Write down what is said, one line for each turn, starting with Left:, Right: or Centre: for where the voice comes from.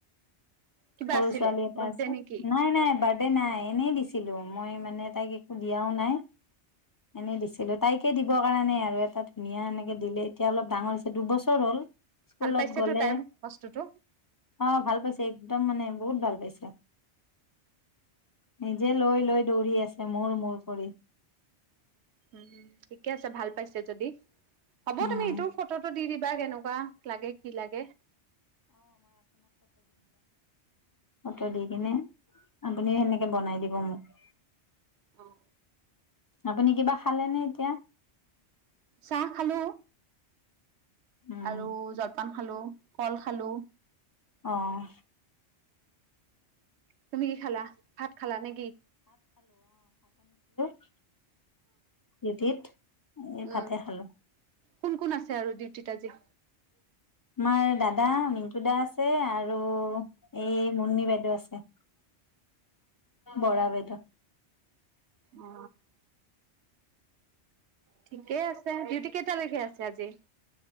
Right: কিবা
Left: সৰু
Right: আছিলে
Left: ছোৱালী এটা
Right: বাৰ্থডে
Left: আছে
Right: নেকি?
Left: নাই নাই বাট আৰে নাই এনেই দিছিলোঁ মই মানে তাইক একো দিয়াও নাই এনেই দিছিলোঁ তাইকে দিবৰ কাৰণে আৰু এটা ধুনীয়া এনেকৈ দিলে এতিয়া অলপ ডাঙৰ হৈছে দুবছৰ হ'ল স্কুলত
Right: ভাল পাইছেতো
Left: গ'লে
Right: টাইম বস্তুটো
Left: অ ভাল পাইছে একদম মানে বহুত ভাল পাইছে নিজে লৈ লৈ দৌৰি আছে মোৰ মোৰ কৰি
Right: উম ঠিকে আছে ভাল পাইছে যদি হ'ব
Left: উম
Right: তুমি এইটোৰ ফটো দি দি কিবা কেনেকুৱা লাগে কি লাগে
Left: বতৰ দি কেনে আপুনি সেনেকে বনাই দিব মোক
Right: আহ
Left: আপুনি কিবা খালে নে এতিয়া
Right: চাহ খালো
Left: উম
Right: আৰু জলপান খালো কল খালো
Left: অহ
Right: তুমি কি খালা ভাত খালা নে কি
Left: হয় দিতিত এই
Right: উম
Left: ভাতে খালো
Right: কোন কোন আছে আৰু ডিউটিত আজি
Left: আমাৰ দাদা মিন্টু দা আছে আৰু আৰু এই মুন্নি বাইদেউ আছে বৰা বেদ
Right: অ ঠিকেই আছে ডিউটি কেইটালৈকে আছে আজি